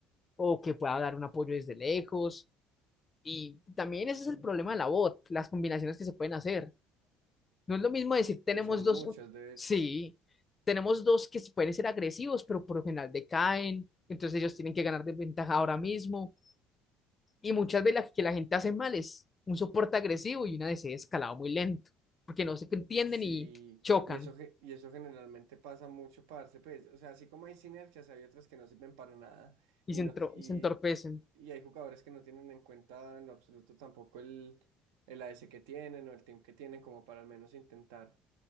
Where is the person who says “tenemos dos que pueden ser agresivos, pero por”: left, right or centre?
Left